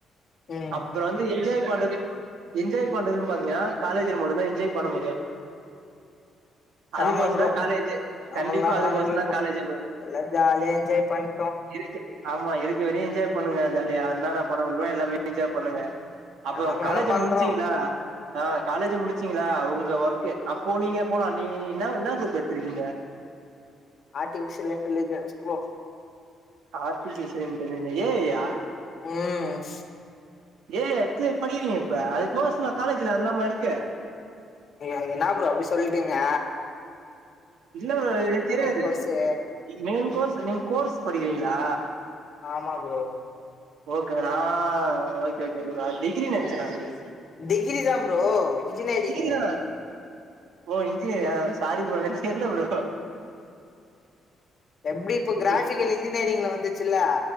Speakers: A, on the left; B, on the right.
A: ம்
B: அப் பறோ வந்து என்ஜாய் பண்றது என்ஜாய் பண்றதுன் பாத்தீங்னா காலேஜில மட்டுதா என்ஜாய் பண்ண முடியு அதுக்கோசந்தா
A: ஆமா ப்ரோ
B: காலேஜு கண்டிப்பா
A: அவ்ளோலா
B: அதுக்கோசந்தா
A: நாங்களு இப்போ
B: காலேஜ்
A: எல்லா ஜாலியா என்ஜாய் பண்
B: இருக்க ஆமா இருக்கற வரையு என்ஜாய் பண்ணுங்க ஜாலியா இன்னானா பண்ண முடியுமோ எல்லாமே என்ஜாய் பண்ணுங்க அப்போ
A: எல்லாமே
B: காலேஜ
A: தா பண்றோ
B: முடிச்சிங்ளா ஆ
A: ம்
B: காலேஜ முடிச் சிங்ளா அது உங்க ஒர்க்கு அப்போ நீங்க போலா நீ இன்ன இன்னா குரூப் எடுத்திருக்கீங்க
A: artificial intelligence bro
B: artificial இன்டலிஜ A I யா
A: ம்
B: ஏ ஐ எத்து படிக்கிறிங்க இப்ப அதுக் கோஸ்லா காலேஜ்ல அதுல்லாமா இருக்கு
A: எனக்கு இன்னா ப்ரோ அப்டி சொல்லிடீங்க
B: இல்ல ப்ரோ எனக்கு தெரியாது
A: கோர்ஸு
B: மெயின் கோர்ஸ் நீங்க கோர்ஸ் படிக்கிறீங்களா
A: ஆமா ப்ரோ
B: ஓகே நா ஓகே ஓகே அது டிகிரி நெனச்சே நானு
A: டிகிரி தா ப்ரோ இன்ஜினியரிங்
B: டிகிரி தானா ஓ இன்ஜினியரா சாரி ப்ரோ எனக் தெர்ல ப்ரோ
A: எப்டி இப்ப
B: சூப்பர்.
A: கிராபிக்கல் இன்ஜினியரிங்ல வந்துச்சில்ல